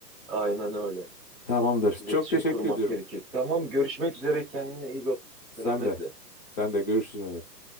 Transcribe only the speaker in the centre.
aynen öyle.
İletişim
kurmak
gerekir. Tamam, görüşmek üzere. Kendine iyi bak. Selametle.